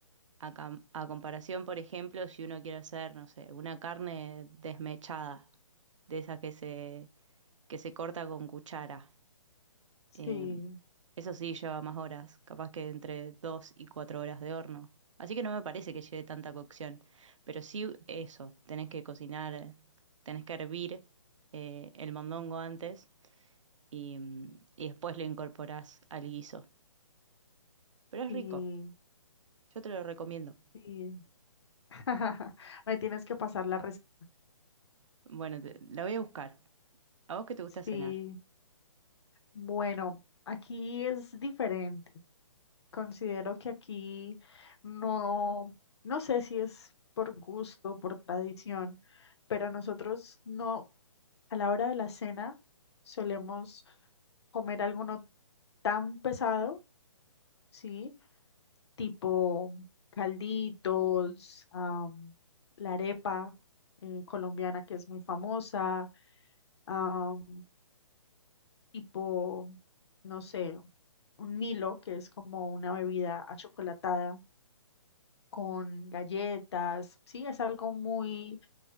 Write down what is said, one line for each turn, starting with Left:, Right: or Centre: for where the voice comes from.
Right: a, cam- a comparación, por ejemplo, si uno quiere hacer, no sé, una carne desmechada, de esa que se, que se corta con cuchara.
Left: Sí,
Right: Em, eso sí, lleva más horas, capaz que entre 2 y 4 horas de horno. Así que no me parece que lleve tanta cocción. Pero sí eso, tenés que cocinar, tenés que hervir eh, el mondongo antes y, mm, y después lo incorporás al guiso. Pero es
Left: sí,
Right: rico, yo te lo recomiendo.
Left: sí. <laughs> Me tienes que pasar la respuesta.
Right: Bueno, te- la voy a buscar. ¿A vos qué te gusta
Left: Sí,
Right: cenar?
Left: bueno, aquí es diferente. Considero que aquí no, no sé si es por gusto, por tradición, pero nosotros no, a la hora de la cena solemos comer alguno tan pesado, ¿sí? tipo calditos, am, la arepa eh, colombiana que es muy famosa, am, tipo, no sé, un Milo que es como una bebida achocolatada con galletas, sí, es algo muy